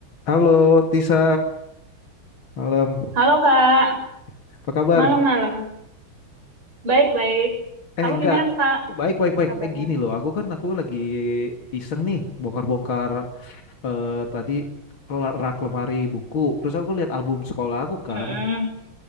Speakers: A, on the left (about 70°); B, on the right (about 80°).
A: Halo Tisa, malam.
B: Halo Kak,
A: Apa kabar?
B: malam-malam. Baik-baik. Kamu
A: Eh enggak,
B: gimana Kak
A: baik baik baik.
B: kabarnya?
A: Eh gini loh, aku kan aku lagi iseng nih bongkar-bongkar eh, tadi la- rak lemari buku. Terus aku lihat album sekolah aku
B: Mm-mm.
A: kan.